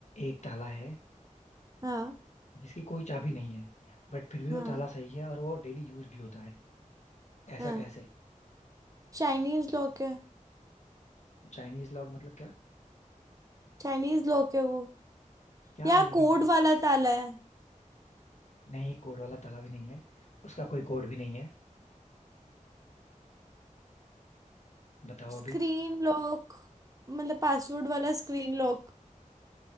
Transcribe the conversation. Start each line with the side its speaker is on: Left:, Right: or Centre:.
Left: एक ताला है
Right: हाँ
Left: जिसकी कोई चाबी नहीं है बट फिर भी
Right: हाँ
Left: वो ताला सही है और वो डेली यूज भी होता है ऐसा
Right: हाँ
Left: कैसे
Right: चाइनीज लॉक है
Left: चाइनीज लॉक मतलब क्या
Right: चाइनीज लॉक है वो
Left: क्या
Right: या
Left: लेकिन
Right: कोड
Left: क्या
Right: वाला ताला है
Left: नहीं कोड वाला ताला भी नहीं है उसका कोई कोड भी नहीं है बताओ
Right: स्क्रीन
Left: अभी
Right: लॉक मतलब पासवर्ड वाला स्क्रीन लॉक